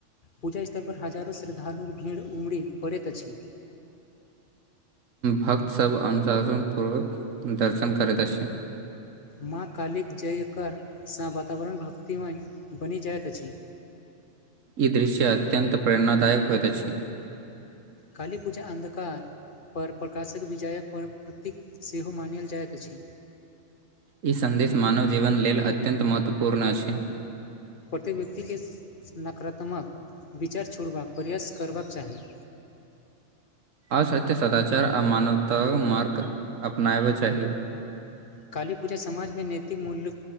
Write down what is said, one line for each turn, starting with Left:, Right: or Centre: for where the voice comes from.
Left: पूजा स्थल पर हजारो श्रद्धालु भीड़ उमड़ पड़ति अछि
Right: भक्त सभ अनुशासन पूर्वक दर्शन करति अछि
Left: माँ कालीक जयकर सँ वातावरण भक्तिमय बनि जाइत अछि
Right: ई दृश्य अत्यंत प्रेरणादायक होयइत अछि
Left: काली पूजा अन्धकार आओर प्रकाशक विजयक प्रतीक सेहो मानल जाइत अछि
Right: ई सन्देश मानव जीवन लेल अत्यन्त महत्वपूर्ण अछि
Left: प्रत्येक व्यक्ति के नकारात्मक विचार छोड़बाक प्रयास करबाक चाही
Right: आ सत्य सदाचार आ मानवताक मार्ग अपना बय चाही
Left: काली पूजा समाज मे नैतिक मूल्य